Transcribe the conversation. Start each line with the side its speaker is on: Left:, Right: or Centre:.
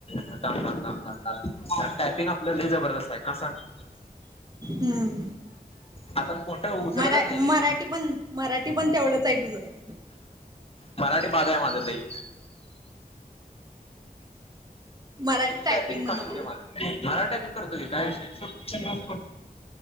Left: हजार दमचा टायपिंग ल जबरदस्त आहे का सांग
Right: हम्
Left: आपण मोठं उचलतच
Right: मरा
Left: नाही रे
Right: मराठी पण मराठी पण तेवढंच आहे तुझं
Left: मराठी बाद आहे माझ लई
Right: मराठी
Left: टायपिंग
Right: म्हणाले
Left: फास्ट आहे माझं. मराठी टायपिंग करतोय काय विषय नाही.